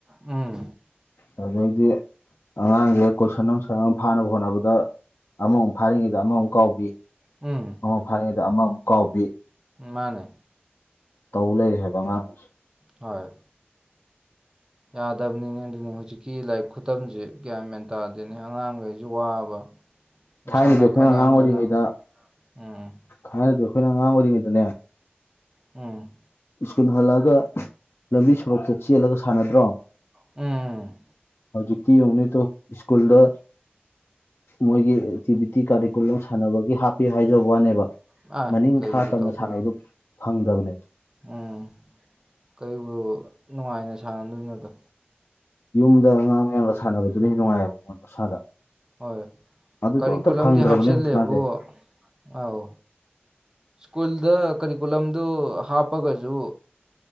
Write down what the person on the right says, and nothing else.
ꯎꯝ
ꯎꯝ
ꯃꯥꯅꯦ
ꯍꯣꯏ ꯌꯥꯗꯕꯅꯤꯅꯦ ꯑꯗꯨꯅꯤ ꯍꯧꯖꯤꯛꯀꯤ ꯂꯥꯏꯔꯤꯛ ꯈꯨꯇꯝꯁꯦ ꯒ꯭ꯌꯥ ꯃꯦꯟ ꯇꯥꯗꯦꯅꯦ ꯑꯉꯥꯡꯈꯩꯁꯤ ꯋꯥꯕ
ꯁꯥꯟꯅ
ꯈꯣꯠꯅꯍꯟꯗꯅ
ꯎꯝ
ꯎꯝ
ꯎꯝ
ꯑꯥ
ꯀꯔꯤꯕꯨ
ꯇꯧꯗꯣꯏꯅꯣꯗ
ꯎꯝ ꯀ ꯅꯨꯡꯉꯥꯏꯅ ꯁꯥꯟꯅꯗꯣꯏꯅꯣꯗꯣ
ꯍꯣꯏ
ꯀꯔꯤꯀꯨꯂꯝꯗꯤ
ꯍꯥꯞꯆꯤꯜꯂꯦꯕꯨꯕꯣ
ꯑꯧ ꯁ꯭ꯀꯨꯜꯗ ꯀꯔꯤꯀꯨꯂꯝ ꯑꯗꯨ ꯍꯥꯞꯄꯒꯁꯨ